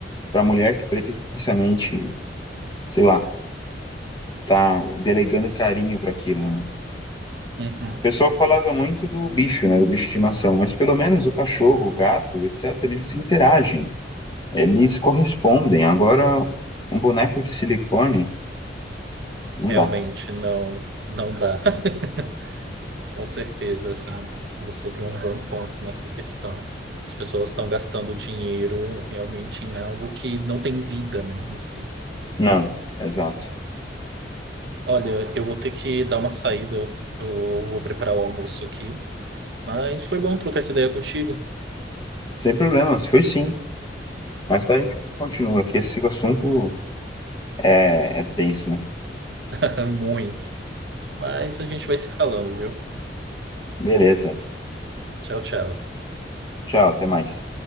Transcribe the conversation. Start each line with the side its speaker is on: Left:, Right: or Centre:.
Left: pra mulher que pretensamente, sei lá, tá delegando carinho pra aquilo, né?
Right: uhum.
Left: O pessoal falava muito do bicho, né, do bicho de estimação, mas pelo menos o cachorro, o gato, etc, eles interagem. Eles correspondem. Agora, um boneco de silicone, não
Right: Realmente,
Left: dá.
Right: não, não dá. <laughs> Com certeza, assim, você tem um bom ponto nessa questão. As pessoas estão gastando dinheiro realmente em algo que não tem vida, né, em si.
Left: Não, exato.
Right: Olha, eu vou ter que dar uma saída, eu eu vou preparar o almoço aqui. Mas foi bom trocar essa ideia contigo.
Left: Sem problemas, foi sim. Mais tarde a gente continua, que esse assunto é, é denso, né?
Right: <laughs> Muito. Mas a gente vai se falando, viu?
Left: Beleza.
Right: Tchau, tchau.
Left: Tchau, até mais.